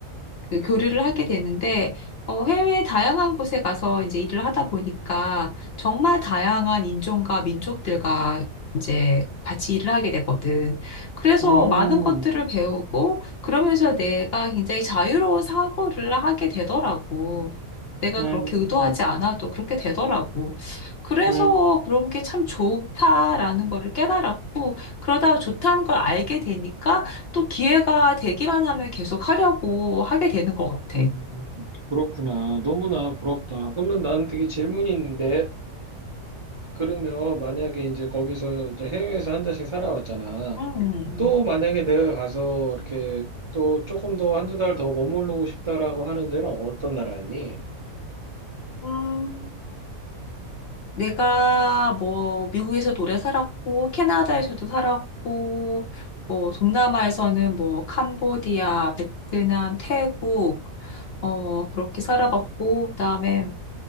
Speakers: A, on the left; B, on the right.
A: 그 교류를 하게 되는데, 어, 해외 다양한 곳에 가서 이제 일을 하다 보니까 정말 다양한 인종과 민족들과 이제 같이 일을 하게 되거든. 그래서
B: 음,
A: 많은 것들을 배우고 그러면서 내가 굉장히 자유로운 사고를 하게 되더라고. 내가
B: 음,
A: 그렇게 의도하지 않아도 그렇게 되더라고. 그래서
B: 음,
A: 그런 게 참 좋다라는 거를 깨달았고, 그러다 좋다는 걸 알게 되니까 또 기회가 되기만 하면 계속 하려고 하게 되는 것 같아.
B: 음. 그렇구나. 너무나 부럽다. 그러면 나는 되게 질문이 있는데, 그러면 만약에 이제 거기서 이제 해외에서 한 달씩 살아왔잖아.
A: 음.
B: 또 만약에 내가 가서 이렇게 또 조금 더 한두 달 더 머무르고 싶다라고 하는 데는 어떤 나라니?
A: 음, 내가 뭐 미국에서 오래 살았고 캐나다에서도 살았고 뭐 동남아에서는 뭐 캄보디아, 베트남, 태국 어 그렇게 살아봤고 그다음에